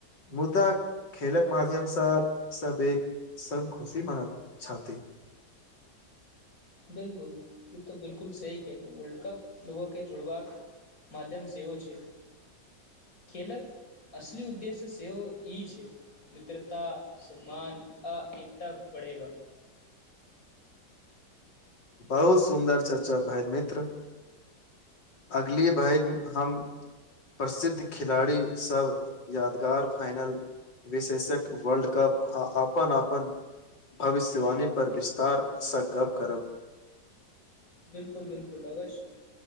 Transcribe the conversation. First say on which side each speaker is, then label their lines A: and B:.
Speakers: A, on the left (about 75°); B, on the left (about 50°).
A: मुद्दा खेलक माध्यम सँ सब एक खुशी मानैत छति
B: बिलकुल ई त बिलकुल सही खेल ह वर्ल्ड कप लोगो के जुड़बाक मध्यम सेहो छै खेलक असली उद्देश्य सेहो ई छै मित्रता सम्मान आ एकटा बढ़ेबा
A: बहुत सुन्दर चर्चा भाय मित्र अगली भल हम प्रसिद्ध खिलाड़ी सब यादगार फाइनल विशेषक वर्ल्ड कप अपन अपन भविष्यवाणी पर विस्तारसँ गप करब
B: बिलकुल बिलकुल अवश्य छै